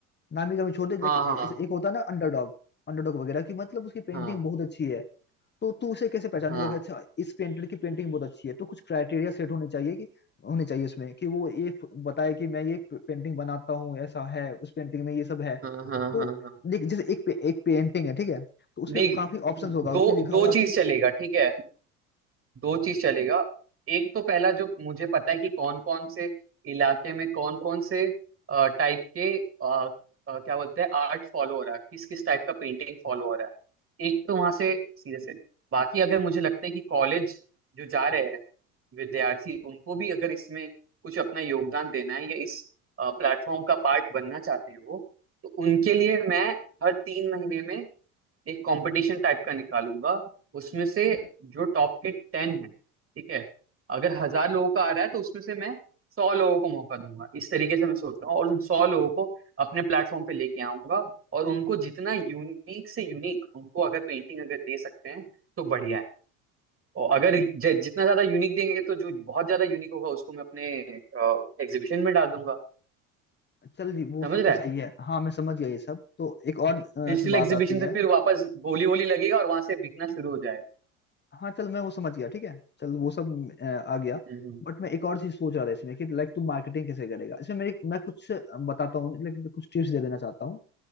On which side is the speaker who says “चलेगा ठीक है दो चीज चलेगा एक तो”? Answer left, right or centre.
Right